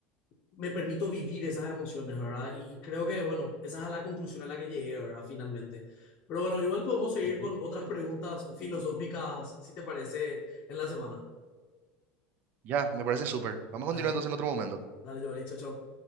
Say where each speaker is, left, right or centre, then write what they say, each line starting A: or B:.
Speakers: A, on the left (about 35°); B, on the right (about 40°).
A: me permito vivir esas emociones, ¿verdad? Y, y creo que, bueno, esa es la conclusión a la que llegué, ¿verdad? Finalmente. Pero bueno, igual podemos seguir
B: ujú.
A: con otras preguntas filosóficas, si te parece, en la semana.
B: Ya, me parece súper. Vamos a
A: Dale,
B: continuar entonces en otro momento.
A: dale, Giovanni, chao, chao.